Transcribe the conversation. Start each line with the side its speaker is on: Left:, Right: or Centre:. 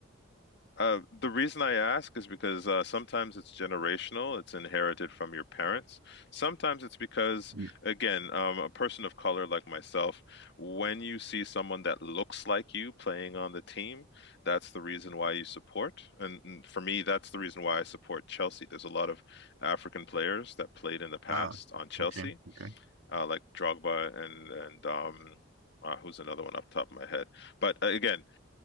Left: Uh, the reason I ask is because uh, sometimes it's generational, it's inherited from your parents. Sometimes it's because,
Right: yeah.
Left: again, um, a person of color like myself, when you see someone that looks like you playing on the team, that's the reason why you support. And, and for me, that's the reason why I support Chelsea. There's a lot of African players that played in the past
Right: Ah,
Left: on Chelsea,
Right: okay, okay.
Left: uh, like Drogba and and um, uh, who's another one off the top of my head. But uh, again